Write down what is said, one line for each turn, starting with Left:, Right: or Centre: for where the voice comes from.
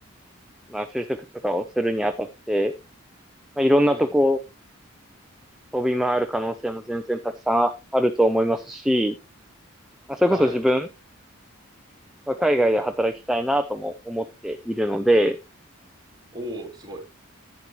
Centre: まあ就職とかをするにあたって、まあいろんなとこ
Right: うん。
Centre: 飛び回る可能性も全然たくさんあると思いますし、まあそれこそ自分
Right: はい。
Centre: は海外で働きたいなとも思っているので、
Right: おお、すごい。